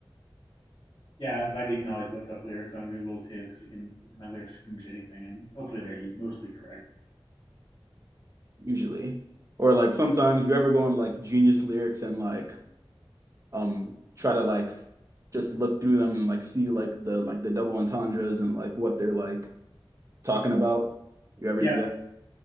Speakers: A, on the left (about 55°); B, on the right (about 35°).
A: yeah, I'm glad you can always look up lyrics on Google too, because you can you can find lyrics to pretty much anything, and hopefully they're mostly correct.
B: <laughs> Usually. Or like sometimes you ever go on like Genius lyrics and like um try to like just look through them and like see like the like the double entendres and like what they're like talking about. You ever
A: Yep.
B: do that,